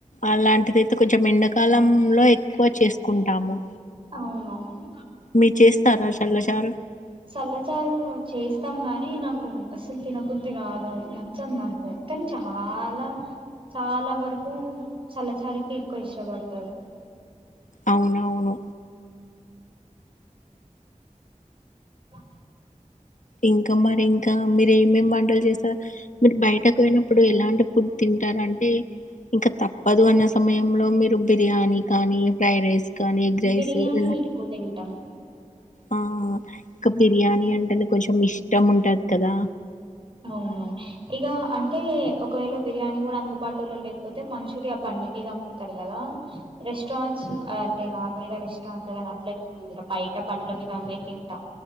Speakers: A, on the left; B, on the right.
A: అలాంటిదియితే కొంచెం ఎండ కలంలో ఎక్కువ చేసుకుంటాము
B: అవునవును
A: మీ చేస్తారా చల్లగా
B: సల్లచారు చేస్తాం గానీ అనీ నాకు అసలు తినబుద్ధి కాదు. నచ్చదు నాకు కానీ చాలా చాలా వరకు చల్లచారుకి ఎక్కువ ఇష్టపడతారు.
A: అవునవును.
B: <inaudible>
A: ఇంకా మరి ఇంకా మీర్ మీరు ఏమేం వంటలు చేస్తారు? మీరు బయటకు ఓయినప్పుడు ఎలాంటి ఫుడ్ తింటారంటే ఇంకా తప్పదు అన్న స సమయంలో మీరు బిర్యానీ కానీ ఫ్రైడ్ రైస్ కానీ ఎగ్ రైస్
B: బిర్యానీ
A: ఇలా
B: ఎక్కువ తింటాం
A: ఆ ఇంకా బిర్యానీ అంటేనే కొంచెం ఇష్టం ఉంటది కదా!
B: అవును ఇగ అ అయితే ఒకవేళ బిర్యానీ కూడా అందుబాటులో లేకపోతే మంచూరియా బండి మీద అమ్ముతారు కదా! రెస్టారెంట్స్ అంటే నార్మల్ గా రెస్టారెంట్ కానీ అట్లా <unintelligible> బయట బండ్ల మీద నే తింటాం.